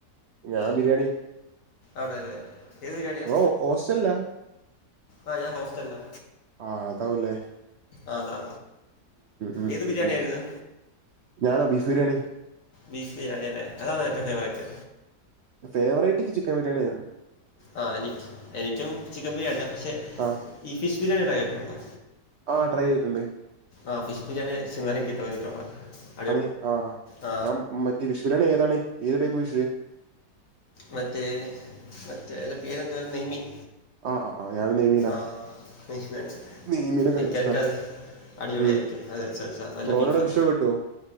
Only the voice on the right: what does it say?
ഞാൻ ബിരിയാണി
ബ്രോ ഹോസ്റ്റൽല്ലാ
ആഹ് അതാവും ല്ലെ
ഉം,
ഉം,
ഉം.
ഞാനോ ബീഫ് ബിരിയാണി
ഫേവറേറ്റ്ക്ക് ചിക്കൻ ബിരിയാണിയാര്ന്ന്
ആ
ആഹ് ട്രൈ ചെയ്തിട്ടുണ്ട്
ആണ് ആഹ്
അഹ് മറ്റേ ഫിഷ് ബിരിയാണി ഏതാണ് ഏത് ടൈപ് ഫിഷ്
ആ ആ ആ, ഞാൻ നെയ്മീനാ
നെയ്മീനൊക്കെ ഇഷ്ടാ
ഉം
ബ്രോനോടെ
ഫിഷ് ഒക്കെ കിട്ടുമോ